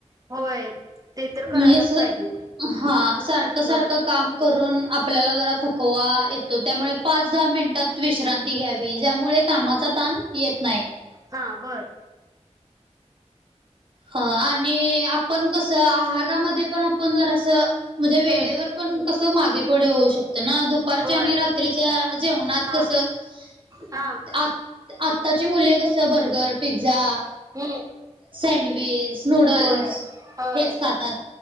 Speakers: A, on the right; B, on the right.
A: होय. ते तर
B: म्हणजे
A: करायलाच
B: असं
A: पाहिजे
B: हा सारखं सारखं
A: ह
B: काम करून आपल्याला जरा थकवा येतो त्यामुळे पाच दहा मिनिटात विश्रां ती घ्यावी ज्यामुळे कामाचा ताण येत नाय.
A: हा बरं
B: ह आणि आपण कसं आहारामध्ये पण आपण जरासं मजे वेळेवर
A: हम्म
B: पण कसं मागे पुढे होऊ शकतं ना दुपारच्या
A: होय
B: आणि रात्रीच्या जेवणात
A: हा
B: कसं <inaudible>
A: हा
B: आ आत्ताची मुले कसं बर्गर, पिझ्झा,
A: हम्म
B: सँडवि ल्स नूडल्स
A: होय होय
B: हेच खातात.